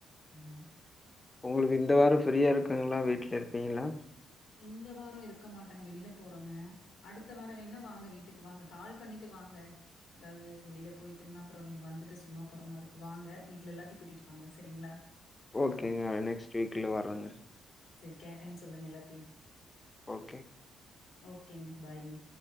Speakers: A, on the left; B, on the left.
A: ம்
B: உங்ளுக்கு இந்த வாரோ ஃப்ரீயா இருக்குங்ளா வீட்ல இருப்பீங்ளா
A: இந்த வாரோ இருக்க மாட்டங்க வெளில போறோங்க அடுத்த வாரோ வேண்ணா வாங்க வீட்டுக்கு வாங்க கால் பண்ணீட்டு வாங்க ஏதாது வெளில போய்டெம்னா அப்பறோ நீங்க வந்துட்டு சும்மா போற மாரி இருக்கு வாங்க வீட்ல எல்லாத்தயு கூட்டிட்டு வாங்க செரிங்களா
B: ஓகேங்க நெக்ஸ்ட் வீக்ல வர்றங்க
A: செரி கேட்டேன்னு சொல்லுங்க எல்லாத்தையு
B: ஓகே
A: ஓகேங்க பாய்ங்க